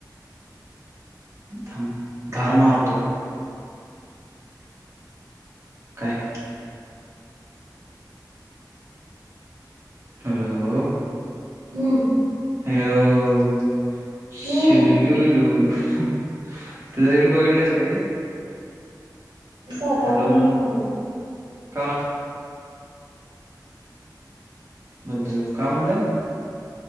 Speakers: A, on the right; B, on the right.
A: थांब धार मारतो. काय? हॅलो?
B: हम्म.
A: हॅलो? शिल्लू
B: हम्म
A: लू हंम त्याच रील बघितलंस कधी
B: तु साधा
A: हॅलो
B: फोन
A: म्हण
B: च नको करू तु
A: का बलदेव काय म्हणतंय